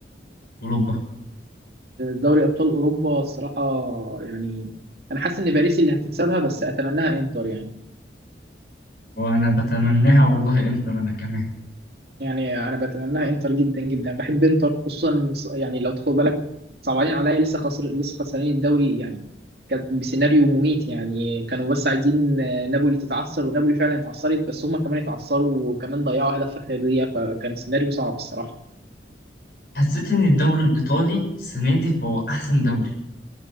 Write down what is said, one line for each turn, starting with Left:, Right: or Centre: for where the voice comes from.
Left: اوروبا
Right: دوري ابطال اوروبا الصراحه يعني انا حاسس ان باريس اللي هتكسبها بس اتمناها انتر يعني
Left: وانا بتمناها والله انتر انا كمان
Right: يعني انا بتمناها انتر جدا جدا بحب انتر خصوصا ص- يعني لو تاخد بالك صعبانين عليا لسه خسر لسه خسرانين الدوري يعني كانت بسيناريو مميت يعني كانوا بس عايزين آه، نابولي تتعثر ونابولي فعلا اتعثرت بس هما كمان اتعثروا وكمان ضيعوا هدف في اخر دقيقه فكان سيناريو صعب الصراحه
Left: حسيت ان الدوري الايطالي السنه دي فهو احسن دوري